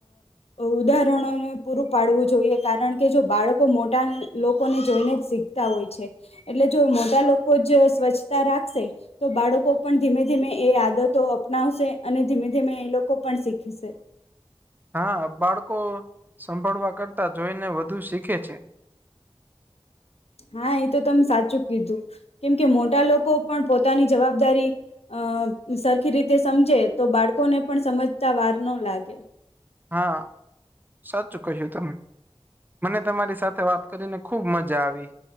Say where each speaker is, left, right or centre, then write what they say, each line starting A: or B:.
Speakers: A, on the left; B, on the right.
A: ઉદાહરણોને પૂરું પાડવું જોઈએ કારણ કે જો બાળકો મોટા લોકોને જોઈને જ શીખ્. હોય છે એટલે જો મોટા લોકો જ સ્વચ્છતા રાખશે તો બાળકો પણ ધીમે ધીમે એ આદતો અપનાવશે અને ધીમે ધીમે એ લોકો પણ શીખશે.
B: હા બાળકો સંભળવા કરતા, જોઈને વધુ શીખે છે.
A: હા એ તો તમે સાચું કીધું, કેમ કે મોટા લોકો પણ પોતાની જવાબદારી અ સરખી રીતે સમજે તો બાળકોને પણ સમજતા વાર ન લાગે.
B: હા સાચું કહ્યું તમે. મને તમારી સાથે વાત કરીને ખુબ મજા આવી,